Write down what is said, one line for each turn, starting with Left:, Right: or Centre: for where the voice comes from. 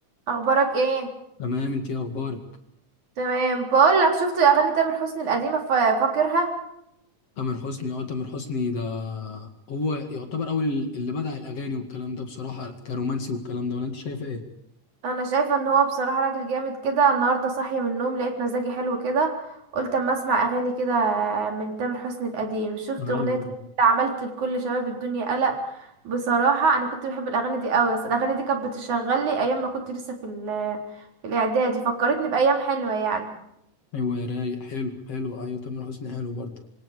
Right: اخبارك ايه
Left: تمام انت ايه اخبارك
Right: تمام بقول لك شفت اغاني تامر حسني القديمه ف- فاكرها
Left: تامر حسني اه تامر حسني ده هو يعتبر اول اللي بدأ الاغاني والكلام ده بصراحة كرومانسي والكلام ده ولا انت شايفه ايه
Right: انا شايفه ان هو بصراحه راجل جامد كده النهارده صاحيه من النوم لقيت مزاجي حلو كده قلت اما اسمع اغاني كده من تامر حسني القديم شفت
Left: ايوه
Right: اغنيه عملت لكل شباب الدنيا قلق بصراحه انا كنت بحب الاغاني دي قوي اصل الاغاني دي كانت بتشغل لي ايام ما كنت لسه في ال- في الاعدادي فكرتني بايام حلوه يعني
Left: ايوه يا رايق حلو حلو ايوه تامر حسني حلو برضه